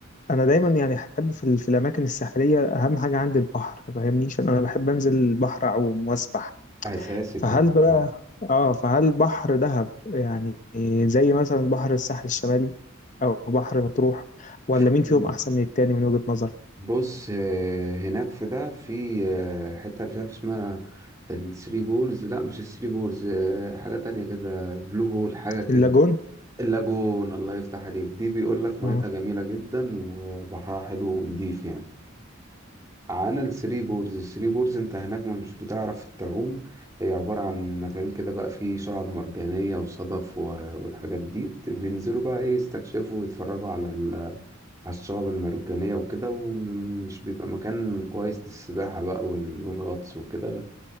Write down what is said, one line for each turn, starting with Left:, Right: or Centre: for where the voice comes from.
Left: انا دايما يعني احب في, ال... في الاماكن الساحليه اهم حاجه عندي البحر ما فاهمنيش انا بحب انزل البحر اعوم واسبح
Right: اساسي
Left: فهل
Right: طبعا
Left: بقى
Right: اه
Left: اه فهل بحر دهب يعني زي مثلا بحر الساحل الشمالي او بحر مطروح ولا
Right: في
Left: مين فيهم احسن من التاني من وجهة نظرك
Right: بص آه، هناك في ده في آه، حته مش عارف اسمها الثري بولز لا مش الثري بولز آه، حاجه تانية كده بلو هول حاجه كده
Left: اللاجون
Right: اللاجون الله يفتح عليك دي بيقول لك ميتها
Left: اه
Right: جميله جدا وبحرها حلو ونضيف يعني عن الثري بولز الثري بولز انت هناك ما مش بتعرف تعوم هي عباره عن مكان كده بقى فيه شعاب مرجانيه وصدف و- والحاجات دي بت- بينزلوا بقى ايه يستكشفوا ويتفرجوا على على الشعب المرجانية وكده ومش بيبقى مكان كويس للسباحة بقى وال- والغطس وكده